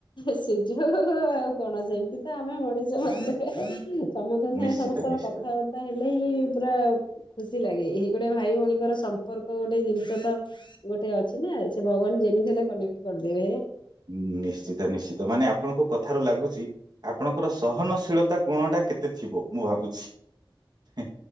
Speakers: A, on the left; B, on the right.
A: ସୁଯୋଗ ଆଉ କଣ? ସେମତି ତ ଆମେ ମଣିଷ ମାତ୍ରକେ ସମସ୍ତଙ୍କ ସାଙ୍ଗେ
B: ନିଶ୍ଚିତ
A: ସମସ୍ତଙ୍କ
B: ନିଶ୍ଚିତ
A: କଥାବାର୍ତ୍ତା ହେଲେ, ଏ ପୁରା ଖୁସି ଲାଗେ। ଏଇ ଗୋଟେ ଭାଇ ଭଉଣୀଙ୍କର ସମ୍ପର୍କ ଗୋଟେ ଜିନିଷ ତ ଗୋଟେ ଅଛି ନା ସେ ଭଗବାନ ଯେମିତି ହେଲେ କନେକ୍ଟ କରିଦେବେ।
B: ଉଁ ନିଶ୍ଚିତ। ନିଶ୍ଚିତ। ମାନେ ଆପଣଙ୍କ କଥାରୁ ଲାଗୁଛି, ଆପଣଙ୍କର ସହନଶୀଳତା ଗୁଣଟା କେତେ ଥିବ, ମୁଁ ଭାବୁଛି